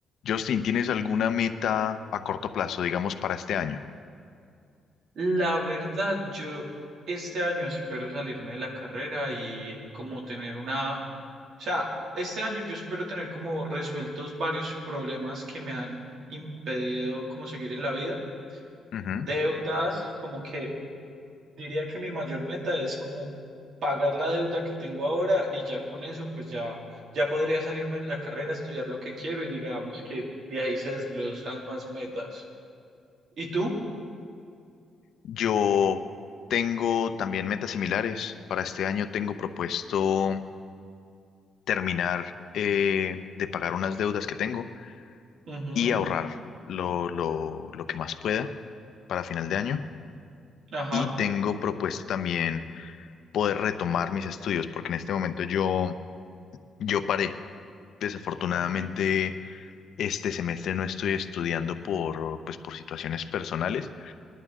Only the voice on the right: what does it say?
La verdad, yo este año espero salirme de la carrera y como tener una, o sea, este año yo espero tener como resueltos varios problemas que me han impedido como seguir en la vida.
Deudas, como que diría que mi mayor meta es como pagar la deuda que tengo ahora y ya con eso pues ya ya podría salirme de la carrera, estudiar lo que quiero y digamos que de ahí se desglosan más metas. ¿Y tú?
Ujú,
Ajá.
Ok.